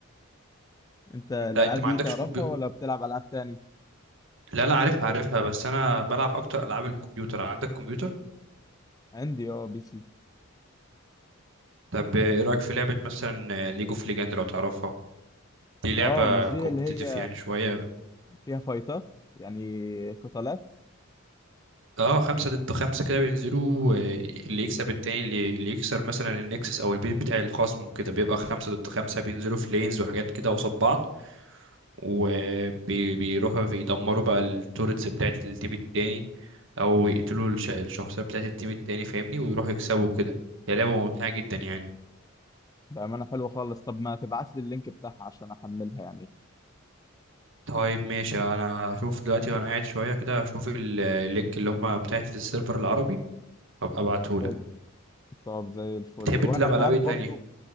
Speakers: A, on the left; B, on the right.
A: انت الالعاب
B: أنت أنت ما
A: دي
B: عندكش
A: تعرفها
B: كمبيوتر؟
A: ولا بتلعب العاب تاني
B: لا لا عارفها عارفها بس أنا بلعب أكتر ألعاب الكمبيوتر عندك كمبيوتر؟
A: عندي اه بي سي
B: طب ايه رأيك في لعبة مثلا ليج اوف ليجند لو تعرفها دي لعبة
A: اه مش دي
B: كومبتيتيف
A: اللي هي
B: يعني شوية
A: فيها فايتات يعني قتالات
B: اه خمسة ضد خمسة كده بينزلوا آه، اللي يكسب التاني اللي اللي يكسر مثلا النكسس او البيت بتاع الخصم وكده بيبقى خمسة ضد خمسة بينزلوا في لينز وحاجات كده قصاد بعض وبيروحوا بيدمروا بقى التورتس بتاعت التيم التاني او يقتلوا الش- الشخصيات بتاعت التيم التاني فاهمني ويروحوا يكسبوا كده هي لعبة ممتعة جدا يعني
A: بأمانة حلوة خالص طب ما تبعت لي اللينك بتاعها عشان أحملها يعني
B: طيب ماشي انا هشوف دلوقتي وانا قاعد شويه كده هشوف ال- اللينك اللي هم بتاعت السيرفر العربي وابقى ابعتهولك
A: حلو طب زي الفل
B: بتحب
A: وأنا
B: تلعب
A: أنت
B: العاب
A: عارف
B: ايه تانية
A: برضو